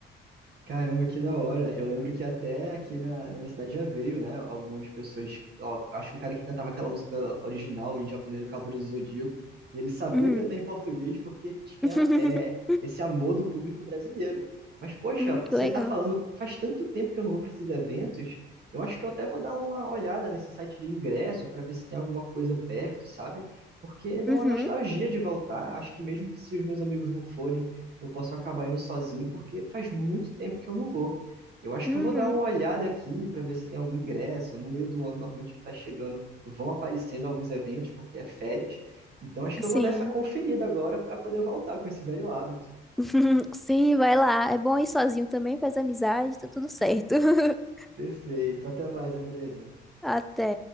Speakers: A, on the right; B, in the centre.
A: Caramba, que da hora. Eu lembro que até aqui na, na minha cidade já veio, né? Algumas pessoas. ó, acho que o cara que cantava aquela música original em japonês, o Cavaleiro do Zodíaco, e ele sabia
B: Uhum.
A: cantar em português porque tinha
B: <laughs>
A: é, esse amor do público brasileiro. Mas, poxa,
B: Hum, que
A: você
B: legal.
A: tá falando, faz tanto tempo que eu não vou para esses eventos, eu acho que eu até vou dar uma olhada nesse site de ingresso para ver se tem alguma coisa perto, sabe? Porque deu
B: Uhum.
A: uma nostalgia de voltar. Acho que mesmo se os meus amigos não forem eu posso acabar indo sozinho, porque faz muito tempo que eu não vou. Eu acho
B: Uhum.
A: que eu vou dar uma olhada aqui para ver se tem algum ingresso. No meio do ano, normalmente que está chegando, vão aparecendo alguns eventos, porque é férias. Então, acho que
B: Sim.
A: eu vou dar essa conferida agora para poder voltar com esse velho hábito.
B: <laughs> Sim, vai lá. É bom ir sozinho também, faz amizade, tá tudo certo. <laughs>
A: Perfeito. Até mais, Andresa.
B: Até.